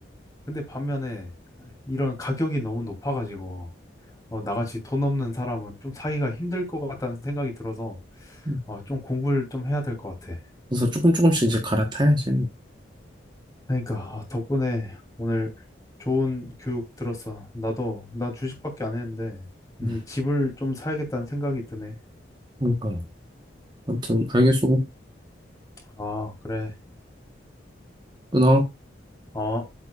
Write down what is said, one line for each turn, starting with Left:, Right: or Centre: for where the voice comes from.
Left: 근데 반면에 이런 가격이 너무 높아가지고 어, 나같이 돈 없는 사람은 좀 사기가 힘들 것 같다는 생각이 들어서
Right: 응.
Left: 어, 좀 공부를 좀 해야 될 것 같아.
Right: 그래서 조금 조금씩 이제 갈아타야지.
Left: 그러니까 아, 덕분에 오늘 좋은 교육 들었어. 나도 나 주식밖에 안 했는데 음,
Right: 응.
Left: 집을 좀 사야겠다는 생각이 드네.
Right: 그러니까요. 아무튼 알겠어.
Left: 아, 그래.
Right: 끊어.
Left: 어.